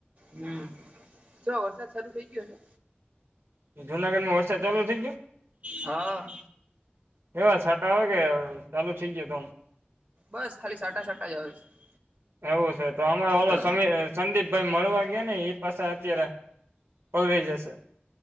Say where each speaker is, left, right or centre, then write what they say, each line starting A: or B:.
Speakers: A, on the right; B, on the right.
A: હમ તો વરસાદ શારુ થઇ ગયો હશે
B: જુનાગઢમાં મોરસા ચાલુ થઈ ગયો
A: હા
B: એવા સાટા આવે કે ચાલો ઠીક ગયો તોમ
A: બસ ખાલી સાટા સાટા જ આવે છે
B: એવું છે તો અમારે ઓલો
A: હા
B: સમી સંદીિપભાઈ મળવા ગયા ને એ પાસે અત્યારે પલરાઈ જશે